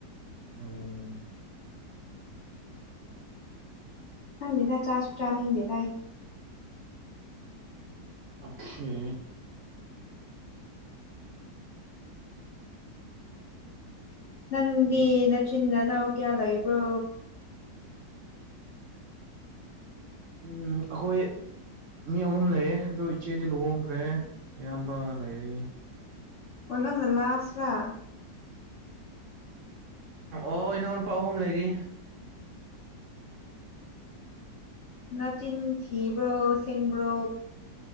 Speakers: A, on the right; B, on the left.
A: ꯎꯝ
B: ꯈꯪꯗꯦꯗ ꯆꯥꯔꯁꯨ ꯆꯥꯅꯤꯡꯗꯦꯗ ꯑꯩ
A: ꯑꯣꯈꯦ
B: ꯅꯪꯗꯤ ꯅꯆꯤꯟ ꯅꯅꯥꯑꯣ ꯀꯌꯥꯂ ꯏꯕ꯭ꯔꯣ
A: ꯎꯝ ꯑꯩꯈꯣꯏ ꯃꯤ ꯑꯍꯨꯝ ꯂꯩꯌꯦ ꯑꯗꯣ ꯏꯆꯦꯗꯤ ꯂꯨꯍꯣꯡꯈ꯭ꯔꯦ ꯑꯌꯥꯝꯕ ꯂꯩꯔꯤ
B: ꯑꯣꯟꯅꯅ ꯂ ꯑꯁꯔ
A: ꯑꯣ ꯏꯅꯥꯎꯎꯄꯥ ꯑꯍꯨꯝ ꯂꯩꯔꯤ
B: ꯅꯆꯤꯟ ꯊꯤꯕ꯭ꯔꯣ ꯁꯦꯡꯕ꯭ꯔꯣ